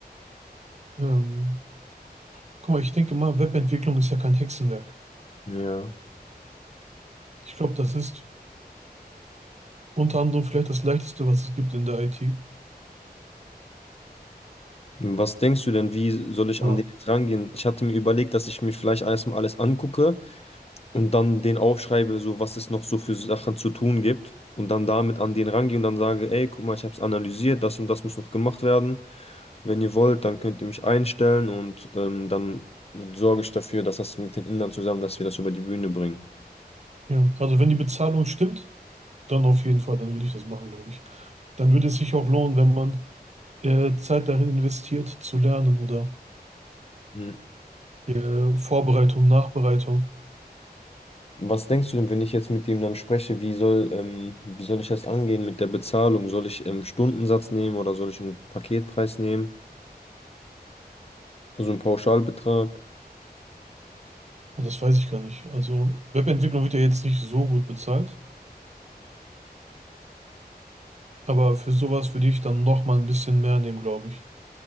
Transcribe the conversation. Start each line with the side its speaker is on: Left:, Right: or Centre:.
Right: Ähm, guck mal, ich denke mal, Webentwicklung ist ja kein Hexenwerk.
Left: Ja.
Right: Ich glaube, das ist unter anderem vielleicht das Leichteste, was es gibt in der IT.
Left: Was denkst du denn, wie soll ich
Right: Aber
Left: an den jetzt rangehen? Ich hatte mir überlegt, dass ich mir vielleicht erstmal alles angucke und dann den aufschreibe, so was es noch so für Sachen zu tun gibt und dann damit an den rangehe und dann sage, ey, guck mal, ich habe es analysiert, das und das muss noch gemacht werden. Wenn ihr wollt, dann könnt ihr mich einstellen und ähm, dann sorge ich dafür, dass das mit den Indern zusammen, dass wir das über die Bühne bringen.
Right: ja, also wenn die Bezahlung stimmt, dann auf jeden Fall, dann würde ich das machen, glaube ich. Dann würde es sich auch lohnen, wenn man äh, Zeit darin investiert, zu lernen oder
Left: Hm.
Right: äh, Vorbereitung, Nachbereitung.
Left: Was denkst du denn, wenn ich jetzt mit ihm dann spreche, wie soll, ähm, wie soll ich das angehen mit der Bezahlung? Soll ich ähm, Stundensatz nehmen oder soll ich einen Paketpreis nehmen? Also einen Pauschalbetrag?
Right: Aber Das weiß ich gar nicht. Also Webentwicklung wird ja jetzt nicht so gut bezahlt. Aber für sowas würde ich dann noch mal ein bisschen mehr nehmen, glaube ich.